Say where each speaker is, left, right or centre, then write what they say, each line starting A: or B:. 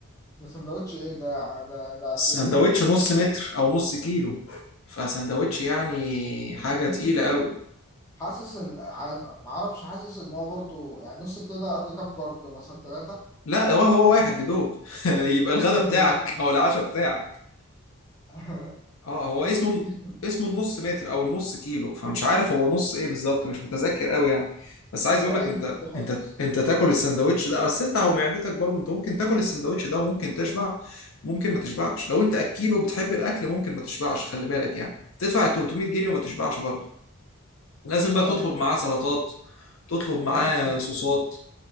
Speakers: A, on the left; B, on the left.
A: ده سندوتش ايه ده ده ده قد
B: السندوتش
A: ايه
B: نص متر او نص كيلو فسندوتش يعني حاجة
A: نص
B: تقيلة
A: كيلو
B: قوي
A: حاسس ان عارف ما اعرفش حاسس ان هو برضه يعني نص كيلو ده قد كام فرد مثلا ثلاثة
B: لا هو هو واحد يا دوب <laughs> يبقى الغدا
A: بجد
B: بتاعك او العشاء بتاعك
A: <laughs>
B: اه هو
A: نص
B: اسمه
A: كيلو
B: اسمه النص متر او النص كيلو فمش عارف هو نص ايه بالظبط مش متذكر قوي يعني بس عايز
A: هو
B: اقول لك
A: اي
B: انت
A: نص كيلو خلاص
B: انت انت تاكل السندوتش ده بس انت هو معدتك برضه انت ممكن تاكل السندوتش ده وممكن تشبع وممكن ما تشبعش لو انت اكيل وبتحب الاكل ممكن ما تشبعش خلي بالك يعني تدفع ال 300 جنيه وما تشبعش برضه لازم
A: ما
B: بقى تطلب معاه سلطات تطلب معاه
A: ما زدت كده
B: صوصات